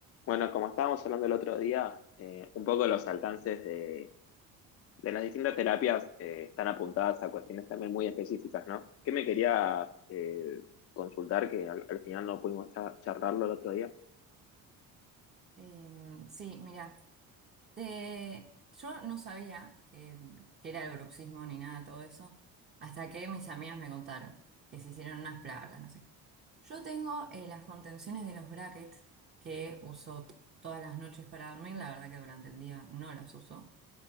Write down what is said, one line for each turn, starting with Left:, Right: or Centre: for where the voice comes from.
Left: Bueno, como estábamos hablando el otro día, eh, un poco los alcances de, de las distintas terapias eh, están apuntadas a cuestiones también muy específicas, ¿no? ¿Qué me quería eh, consultar que al, al final no pudimos cha- charlarlo el otro día?
Right: Em, sí, mira, te... yo no sabía que, que era el bruxismo ni nada de todo eso, hasta que mis amigas me contaron que se hicieron unas placas, no sé qué. Yo tengo eh, las contenciones de los brackets que uso todas las noches para dormir, la verdad que durante el día no las uso,